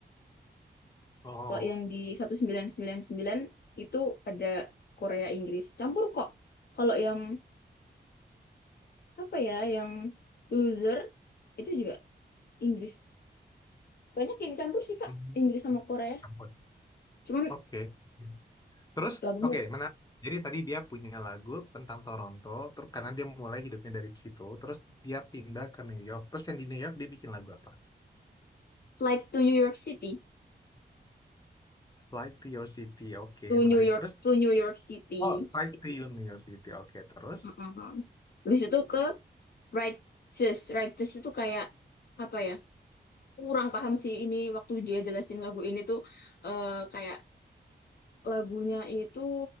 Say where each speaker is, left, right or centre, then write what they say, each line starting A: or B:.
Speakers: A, on the left; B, on the left.
A: Oh.
B: Kalau yang di 1999 itu ada Korea Inggris. Campur kok. Kalau yang apa ya, yang loser itu juga Inggris Kayaknya kayak campur sih Kak,
A: Hmm,
B: Inggris sama Korea.
A: Campur.
B: Cuman
A: Oke. Terus,
B: lagunya
A: oke, menarik. Jadi tadi dia punya lagu tentang Toronto, terus karena dia mulai hidupnya dari situ, terus dia pindah ke New York. Terus yang di New York dia bikin lagu apa?
B: Flight to New York City,
A: Fly to Your City, oke,
B: to New
A: menarik.
B: York,
A: Terus,
B: to New York City.
A: oh, Fly to Your New York City, oke, terus
B: Heeh. Terus itu ke Righteous. Righteous itu kayak apa ya? Kurang paham sih ini waktu dia jelasin lagu ini tuh eh, kayak lagunya itu